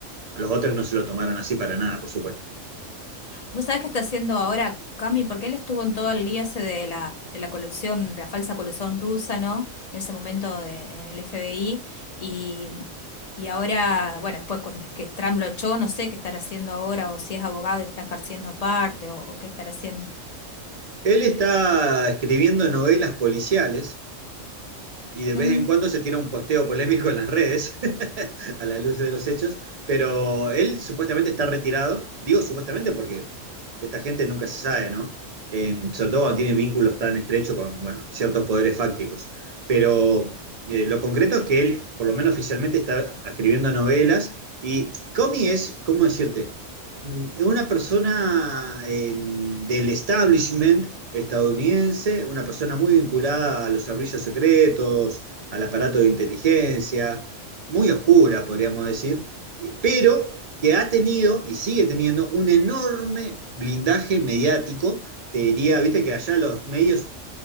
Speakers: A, on the right; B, on the left.
A: los otros no se lo tomaron así para nada, por supuesto.
B: ¿Vos sabés qué está haciendo ahora Cami? Porque él estuvo en todo el lío ese de la, de la colusión, de la falsa colusión rusa, ¿no? En ese momento de- en el FBI. Y, y ahora, bueno, después con- que Trump lo echó, no sé qué estará haciendo ahora, o si es abogado y está ejerciendo aparte, o, o qué estará haciendo.
A: Él está escribiendo novelas policiales. y de vez
B: Mm,
A: en cuando se tira un posteo polémico en las redes, <laughs> a la luz de los hechos, pero él supuestamente está retirado, digo supuestamente porque esta gente nunca se sabe, ¿no? Eh, sobre todo cuando tiene vínculos tan estrechos con, bueno, ciertos poderes fácticos, pero eh, lo concreto es que él, por lo menos oficialmente, está escribiendo novelas y Comi es, ¿cómo decirte? Mm, Es una persona eh, del establishment estadounidense, una persona muy vinculada a los servicios secretos, al aparato de inteligencia, muy oscura, podríamos decir, eh, pero que ha tenido y sigue teniendo un enorme blindaje mediático. Te diría, viste que allá los medios